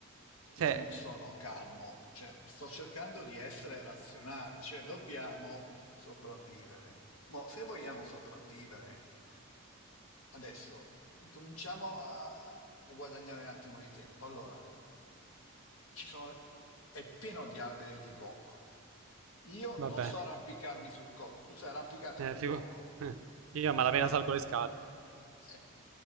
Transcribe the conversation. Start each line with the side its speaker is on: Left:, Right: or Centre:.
Right: Cioè,
Left: Io non sono calmo, cioè, sto cercando di essere razionale, cioè dobbiamo sopravvivere. Ma se vogliamo sopravvivere. Adesso cominciamo a, a guadagnare un attimo di tempo. Allora, ci sono, è pieno di alberi di cocco. Io
Right: va
Left: non
Right: bene.
Left: so arrampicarmi sul cocco. Tu sai arrampicarti
Right: Eh,
Left: sul
Right: figu-
Left: cocco?
Right: eh, Io a malapena salgo le scale.
Left: Eh,